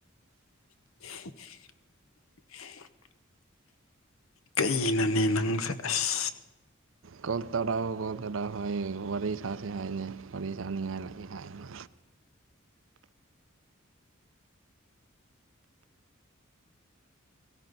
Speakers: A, on the left; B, on the right.
A: <inaudible> ꯀꯅꯅꯦ ꯅꯪ ꯑꯁ
B: ꯀ ꯇꯔꯥꯎ ꯀ ꯇꯔꯔꯤꯁꯁꯤꯁꯉꯥꯏ ꯀꯔꯤ ꯍꯥꯏꯅ